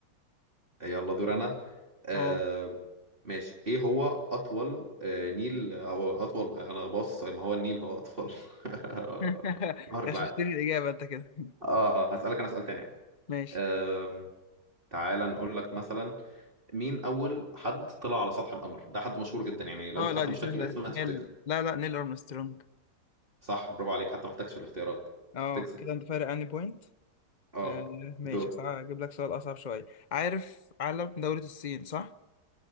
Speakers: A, on the right; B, on the left.
A: يلا دور انا آه
B: اه
A: ماشي ايه هو اطول آه نيل او اطول انا باصص ما هو النيل هو اطول <laughs>
B: <laughs>
A: نهر
B: غششتني
A: في العالم
B: الإجابة أنت كده
A: اه اه هسألك انا سؤال تاني يعني
B: <laughs> ماشي
A: آه تعالى نقول لك مثلا مين اول حد طلع على سطح القمر ده حد مشهور جدا يعني لو
B: اه
A: انت
B: لا
A: حتى
B: دي
A: مش
B: سهلة
A: فاكر الاسم هتفتكره
B: نيل لا لا نيل أرمسترونج
A: صح برافو عليك حتى ما احتاجش الاختيارات
B: اه
A: تكسب
B: كده أنت فارق عني بوينت
A: اه
B: آه ماشي
A: دور
B: هس- هجيب لك سؤال أصعب شوية عارف علم دولة الصين صح؟